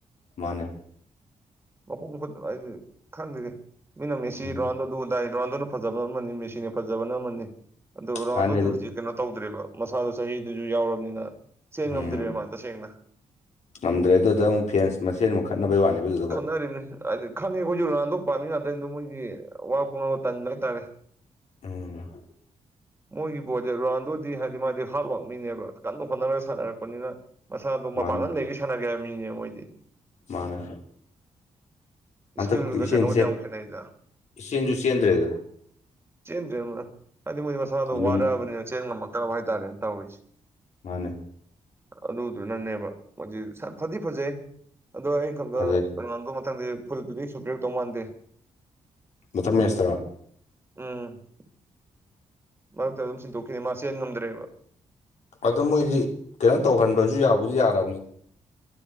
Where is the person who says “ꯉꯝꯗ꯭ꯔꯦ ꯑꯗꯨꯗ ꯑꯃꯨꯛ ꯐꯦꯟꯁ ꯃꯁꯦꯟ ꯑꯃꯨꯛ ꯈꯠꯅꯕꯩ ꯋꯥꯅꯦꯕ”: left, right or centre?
Left